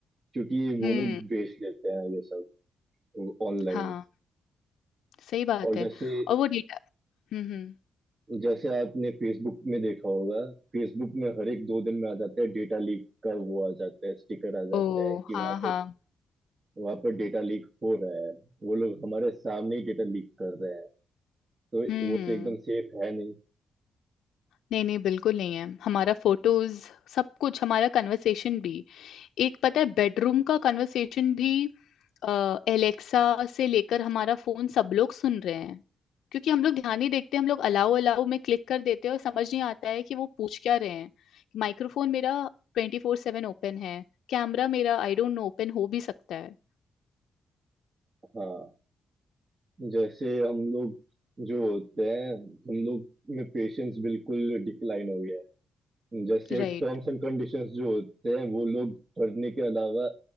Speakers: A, on the right; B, on the left.
A: क्योंकि वो
B: हुँ,
A: लोग बेच लेते हैं ये सब ऑनलाइन
B: हाँ, सही बात
A: और जैसे
B: है और वो डेटा हुँ, हुँ।
A: जैसे आपने फेसबुक में देखा होगा फेसबुक में हर एक दो दिन में आ जाता है डेटा लीक का वो आ जाता है स्टिकर आ जाता
B: ओह!
A: है कि
B: हाँ,
A: वहां
B: हाँ।
A: पर वहां पर डेटा लीक हो रहा है वो लोग हमारे सामने ही डेटा लीक कर रहे हैं तो
B: हुँ।
A: वो तो एकदम सेफ है नहीं
B: नहीं, नहीं, बिल्कुल नहीं है। हमारा फ़ोटोज़ सब कुछ, हमारा कन्वर्सेशन भी। एक पता है बेडरूम का कन्वर्सेशन भी अ, एलेक्सा से लेकर हमारा फ़ोन सब लोग सुन रहे हैं। क्योंकि हम लोग ध्यान नहीं देखते, हम लोग अलाउ अलाउ में क्लिक कर देते हैं और समझ नहीं आता है कि वो पूछ क्या रहे हैं। माइक्रोफ़ोन मेरा 24/7 ओपन है, कैमरा मेरा आई डोंट नो ओपन हो भी सकता है।
A: हाँ जैसे हम लोग जो होते हैं हम लोग में पेशेंस बिल्कुल डिक्लाइन हो गया है जैसे
B: Right,
A: टर्म्स एंड कंडीशंस जो होते हैं वो लोग पढ़ने के अलावा